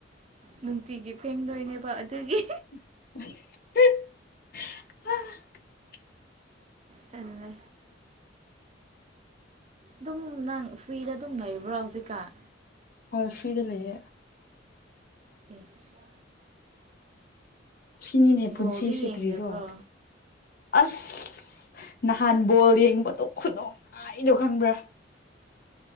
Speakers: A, on the right; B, on the left.
A: ꯅꯨꯡꯇꯤꯒꯤ ꯐꯦꯡꯗꯣꯏꯅꯦꯕ ꯑꯗꯨꯒꯤ
B: ꯑ
A: ꯇꯜꯂꯦ ꯑꯗꯨꯝ ꯅꯪ ꯐ꯭ꯔꯤꯗ ꯑꯗꯨꯝ ꯂꯩꯕ꯭ꯔꯣ ꯍꯧꯖꯤꯛꯀꯥꯟ
B: ꯍꯣꯏ ꯐ꯭ꯔꯤꯗ ꯂꯩꯌꯦꯦ
A: ꯏꯁꯁ
B: ꯁꯤꯅꯤꯅꯦ ꯄꯨꯟꯁꯤꯁꯦ
A: ꯕꯣꯜꯗꯤ ꯌꯦꯡꯗꯕ꯭ꯔꯣ
B: ꯀ꯭ꯔꯤꯔꯣ ꯑꯁ ꯅꯍꯥꯟ ꯕꯣꯜ ꯌꯦꯡꯕꯗꯣ ꯈꯨꯅꯨꯡꯧꯉꯥꯏꯗꯣ ꯈꯪꯕ꯭ꯔꯥ